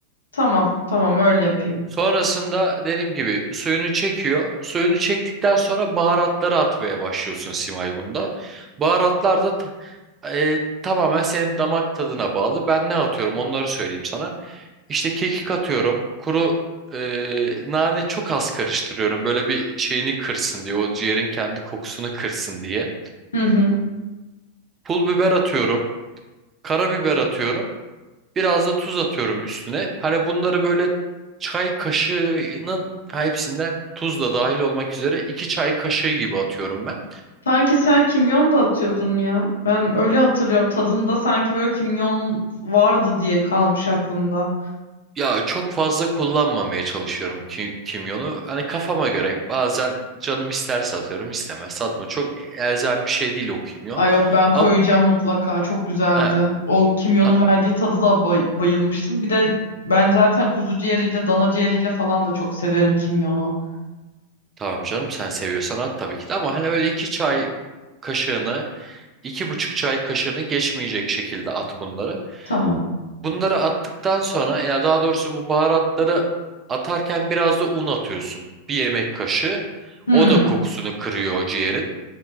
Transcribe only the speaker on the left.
Tamam tamam öyle yapayım.
Hı hı.
Sanki sen kimyon da atıyordun ya. Ben öyle hatırlıyorum. Tadında sanki böyle kimyon vardı diye kalmış aklımda.
Ay yok ben koyacağım
mutlaka. Çok güzeldi.
O kimyonun
verdiği tadı da bay- bayılmıştım. Bir de ben zaten kuzu ciğeriyle dana ciğeriyle falan da çok severim kimyonu.
Tamam.
Hmm.